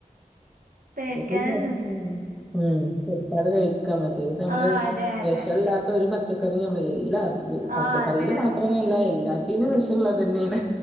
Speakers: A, on the right; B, in the centre.
A: പേടിക്കാതെ
B: വിചാരിച്ചിട്ട്
A: തിന്നാ
B: എന്നെ ഇങ്ങനെ മ് കൊടുക്കാതെ കയ് മറ്റേത് പ്പൊ ഞമ്മള്
A: ആഹ് അതെ അതെ
B: വെഷല്ലാ ഒരു പച്ചക്കറി ഞമ്മളേലില്ലാ പച്ചക്കറീൽ
A: ആഹ് അതെ അതെ
B: മാത്രല്ല എല്ലാത്തിനും വെഷള്ളതെന്നേണ്